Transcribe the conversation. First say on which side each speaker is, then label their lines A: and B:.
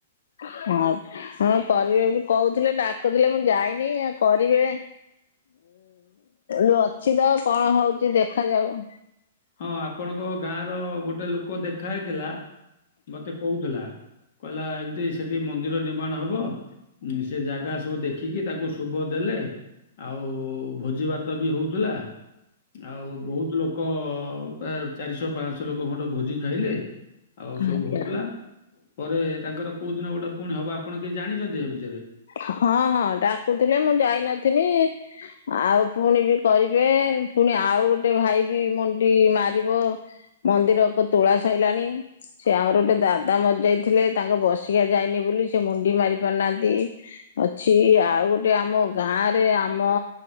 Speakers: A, on the left; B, on the left.
A: ହଁ ହଁ କରିବେ ବୋଲି କହୁଥିଲେ ଡାକୁଥିଲେ ମୁଁ ଯାଇନି ଆଉ କରିବେ ଉ ଅଛି ତ କଣ ହଉଛି ଦେଖାଯାଉ
B: ହଁ ଆପଣଙ୍କ ଗାଁ ର ଗୋଟେ ଲୋକ ଦେଖା ହେଇଥିଲା ମତେ କହୁଥିଲା କହିଲା ଏମିତି ସେଠି ମନ୍ଦିର ନିର୍ମାଣ ହବ ହଁ ସେ ଜାଗା ସବୁ ଦେଖିକି ତାକୁ ଶୁଭ ଦେଲେ ଆଉ ଭୋଜି ଭାତ ବି ହଉଥିଲା ଆଉ ବହୁତ ଲୋକ ପ୍ରାୟ ଚାରିଶହ ପାଞ୍ଚଶହ ଲୋକ ଖଣ୍ଡ ଭୋଜି ଖାଇଲେ ଆଉ
A: ଆଜ୍ଞା
B: ସବୁ ହଉଥିଲା ପରେ ତାଙ୍କର କୋଉ ଦିନ ଗୋଟେ ପୁଣି ହବ ଆପଣ କିଛି ଜାଣିଛନ୍ତି ଏ ବିଷୟରେ?
A: ହଁ ହଁ ଡାକୁଥିଲେ ମୁଁ ଯାଇ ନଥିଲି ଆଉ ପୁଣି ବି କରିବେ ପୁଣି ଆଉ ଗୋଟେ ଭାଇ ବି ମୁଣ୍ଡି ମାରିବ ମନ୍ଦିର ତୋଳା ସଇଲାଣି ସେ ଆମର ଗୋଟେ ଦାଦା ମରିଜାଇ ଥିଲେ ତାଙ୍କ ବସିକିଆ ଯାଇନି ବୋଲି ସେ ମୁଣ୍ଡି ମାରି ପାରିନାହାନ୍ତି। ଅଛି ଆଉ ଗୋଟେ ଆମ ଗାଁରେ ଆମ